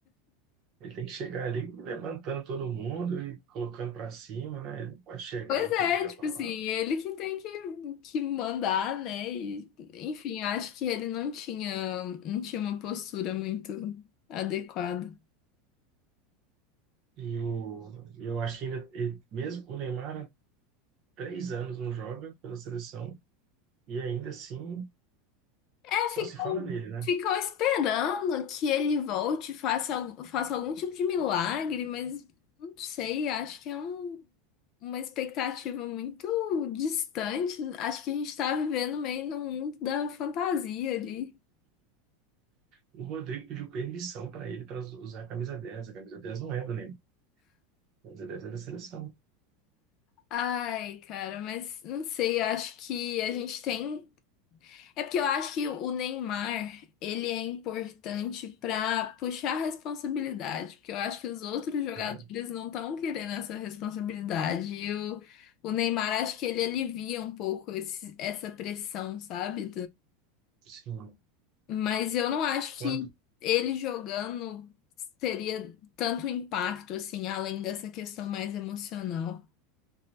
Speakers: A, on the right (about 40°); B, on the left (about 40°).
A: ele tem que chegar ali levantando todo mundo e colocando para cima, né? Ele não pode chegar
B: Pois
A: e
B: é,
A: pedir a
B: tipo
A: palavra.
B: assim, ele que tem que, que mandar, né? E, enfim, acho que ele não tinha, não tinha uma postura muito adequada.
A: E o, e eu acho que ainda, e mesmo o Neymar há três anos não joga pela seleção e ainda assim
B: É,
A: só
B: ficam,
A: se fala nele, né?
B: ficam esperando que ele volte, faça, al- faça algum tipo de milagre, mas não sei, acho que é um. uma expectativa muito distante. Acho que a gente tá vivendo meio num mundo da fantasia ali.
A: O Rodrigo pediu permissão para ele para usar a camisa 10. A camisa 10 não é do Neymar. A camisa 10 é da seleção.
B: Ai, cara, mas não sei, eu acho que a gente tem. É porque eu acho que o Neymar, ele é importante pra puxar responsabilidade, porque eu acho que os outros jogadores
A: É,
B: não estão querendo essa responsabilidade. E o, o Neymar, acho que ele alivia um pouco esse- essa pressão, sabe?
A: sim.
B: Mas eu não acho
A: Quando?
B: que ele jogando teria tanto impacto, assim, além dessa questão mais emocional.